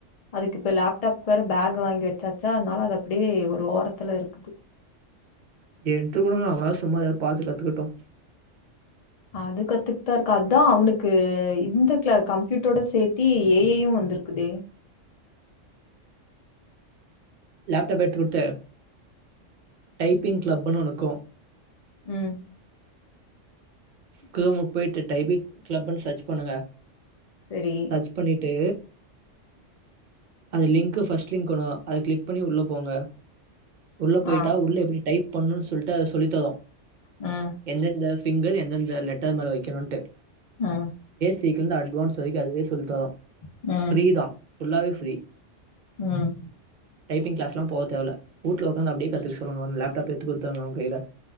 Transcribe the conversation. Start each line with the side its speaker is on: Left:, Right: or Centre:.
Left: அதுக்கு இப்ப லேப்டாப்க் வேற பேக் வாங்கி வெச்சாச்சா அதனால அது அப்டியே ஒரு ஓரத்துல இருக்குது
Right: எடுத்து குடுங்க அவனாது சும்மா எதா பாத்து கத்துக்கட்டு
Left: அது கத்துக்குதா இருக்கா அதா அவனுக்கு இந்த கிள கம்ப்யூட்டரோட சேர்த்தி ஏ ஐயு வந் துருக்குதே
Right: லேப்டாப் எடுத்துக்குடுத்து டைப்பிங் கிளப்ன் ஒன்னுக்கு
Left: ம்
Right: குரோமோ போய்ட்டு டைபிங் க்ளப்ன் சர்ச் பண்ணுங்க
Left: சரி.
Right: சர்ச் பண்ணி ட்டு அது லிங்க்கு ஃபர்ஸ்ட் லிங்க் ஒண்ணு அத க்ளிக் பண்ணி உள்ள போங்க உள்ள போய்ட்டா
Left: ஆ.
Right: உள்ள எப்டி டைப் பண்ணுன் சொல்ட்டு அது சொல்லித்தரு
Left: ம்.
Right: எந்தெந்த ஃபிங்கர் எந்தெந்த லெட்டர் மேல வெக்கணுன்ட்டு
Left: ஆ
Right: தீக்லந்து அட்வான்ஸ் வரைக்கு அதுவே சொல்லித் தரு
Left: ம்.
Right: ஃப்ரீதா ஃபுல்லாவே ஃப்ரீ
Left: ம்
Right: டைப்பிங் க்ளஸ்ல்லா போ தேவல்ல வூட்டுல ஒக்காந்து அப்டியே கத்துக்க சொல்லுங்க அவன லேப்டாப் எத்து குடுத்தங்க அவன் கைல